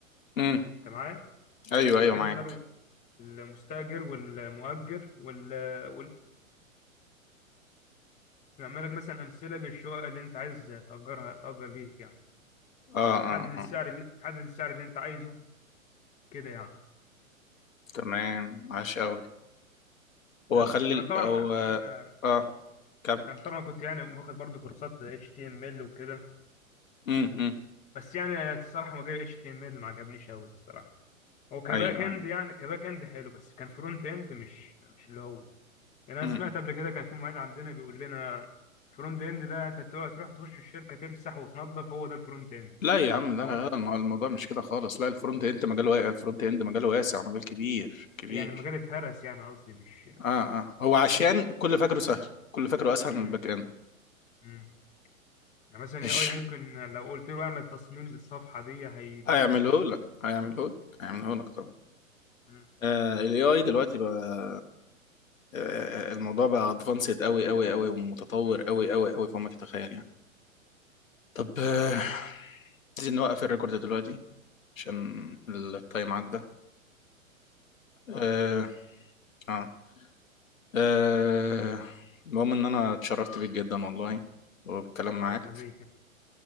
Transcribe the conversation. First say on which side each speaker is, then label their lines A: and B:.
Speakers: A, on the left; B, on the left.
A: امم
B: انت معايا
A: ايوه ايوه
B: الرينتر
A: معاك
B: والمستأجر والمؤجر وال وال بيعمل لك مثلا أمثلة للشقق اللي انت عايز تأجرها تأجر ليك يعني
A: اه
B: وتحدد
A: اه
B: السعر
A: اه
B: اللي تحدد السعر اللي انت عايزه كده يعني
A: تمام عاش قوي
B: بس
A: هو خلي ال-
B: انا طبعا
A: هو
B: انا
A: اه كمل
B: انا طبعا كنت يعني واخد برضو كورسات HTML وكده
A: امم امم
B: بس يعني الصراحة مجال HTML ما عجبنيش أوي الصراحة هو كباك
A: ايوه ايوه
B: اند يعني كباك اند حلو بس كان فرونت اند مش مش اللي هو يعني انا
A: امم
B: سمعت قبل كده كان في معيد عندنا بيقول لنا فرونت اند ده انت تروح تروح تخش الشركه تمسح وتنظف هو ده الفرونت اند
A: لا يا عم لا
B: هو
A: لا لا الم- الموضوع مش كده خالص لا الفرونت اند مجال واسع الفرونت اند مجال واسع مجال كبير كبير
B: يعني المجال اتهرس يعني قصدي مش
A: اه اه هو عشان كل فاكره سهل كل فاكره اسهل
B: امم
A: من الباك اند
B: امم يعني مثلا
A: ماشي
B: اي اي ممكن لو قلت له اعمل تصميم للصفحه دي هيديك
A: هيعمله
B: التصميم
A: لك هيعمله لك هيعمله لك طبعا
B: امم
A: آه ال AI دلوقتي بقى آه آه، الموضوع بقى ادفانسد قوي قوي قوي ومتطور
B: امم
A: قوي قوي قوي فوق ما تتخيل يعني طب آه، عايزين نوقف الريكورد دلوقتي عشان
B: تمام
A: التايم عدى
B: هتلاحظ
A: آه
B: برضه
A: اه, آه المهم ان انا اتشرفت بيك جدا والله وبالكلام معاك
B: الله يخليك